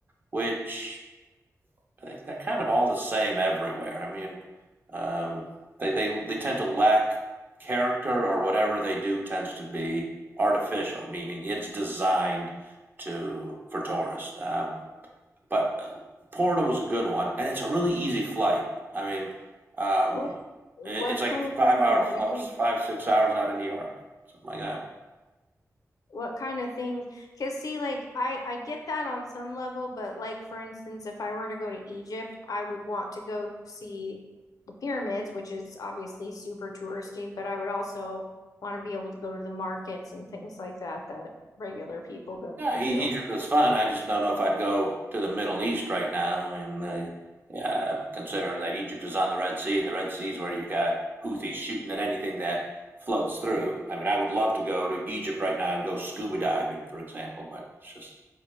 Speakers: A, on the right; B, on the left.
A: which like, they're kind of all the same everywhere. I mean, um, they, they, they tend to lack character or whatever they do tends to be artificial, meaning it's designed to for tourists. Um, but uh, Porto was a good one, and it's a really easy flight. I mean, um,
B: What what
A: it, it's
B: kind
A: like a
B: of
A: five-hour
B: things are
A: flight,
B: they?
A: five six hours out of New York, something like that.
B: What kind of things? Because see, like I I get that on some level, but like for instance, if I were to go to Egypt, I would want to go see the pyramids, which is obviously super touristy, but I would also want to be able to go to the markets and things like that that regular people go
A: Yeah, E-
B: to.
A: Egypt is fun. I just don't know if I'd go to the Middle East right now. I mean, uh, yeah, considering that Egypt is on the Red Sea, and the Red Sea is where you've got Houthis shooting at anything that floats through. I mean, I would love to go to Egypt right now and go scuba diving, for example, but it's just